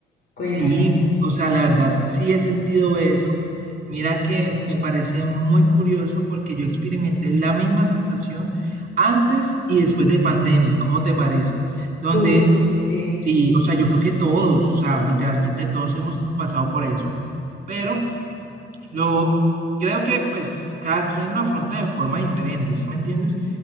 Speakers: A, on the left; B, on the right.
A: Cuéntame.
B: Sí, o sea, la verdad, sí he sentido eso. Mira que me parece muy curioso porque yo experimenté la misma sensación antes y después de pandemia. ¿Cómo te parece? Donde,
A: Uf, sí.
B: sí, o sea, yo creo que todos, o sea, literalmente todos hemos pasado por eso, pero Lo, creo que pues cada quien lo afronta de forma diferente, ¿sí me entiendes?